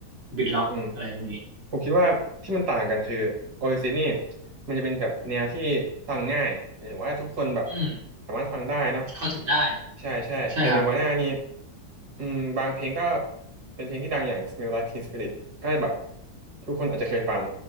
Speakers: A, on the right; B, on the right.
A: บิทล็อกอะไรพวกนี้
B: อืม ผมคิดว่าที่มันต่างกันคือโอเอซิสนี่มันจะเป็นแบบแนวที่ฟังง่ายหมายถึงว่าทุกคนแบบ
A: อืม
B: สามารถฟังได้เนาะ
A: เข้าถึงได้
B: ใช่ใช่แต่ในวาน่านี่
A: ใช่ครับ
B: อืมบางเพลงก็เป็นเพลงที่ดังอย่าง Smell Like Teen Spirit ก็แบบทุกคนอาจจะเคยฟัง